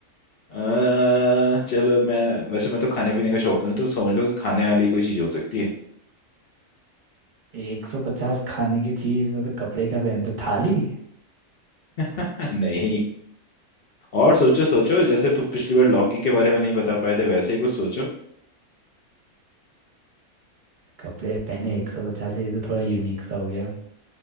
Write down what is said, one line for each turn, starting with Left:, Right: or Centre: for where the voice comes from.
Left: अः चलो मैं वैसे मैं तो खाने पीने का शौकीन हूँ तो समझ लो कि खाने वाली कोई चीज हो सकती है
Right: एक सौ पचास खाने की चीज मतलब कपड़े क्या पहनते थाली
Left: <laughs> नहीं और सोचो सोचो जैसे तुम पिछली बार लौकी के बारे में नहीं बता पाए थे वैसे ही कुछ सोचो
Right: कपड़े पहने एक सौ पचास है ये तो थोड़ा यूनिक सा हो गया